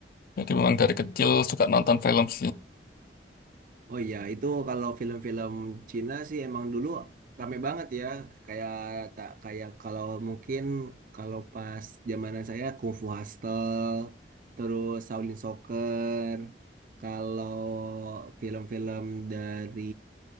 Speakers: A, on the left; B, on the right.
A: Jadi memang dari kecil suka nonton film sih.
B: Oh iya, itu kalau film-film Cina sih emang dulu rame banget ya. Kayak tak kayak kalau mungkin kalau pas zamanan saya Kung Fu Hustle, terus Shaolin Soccer. Kalau film-film dari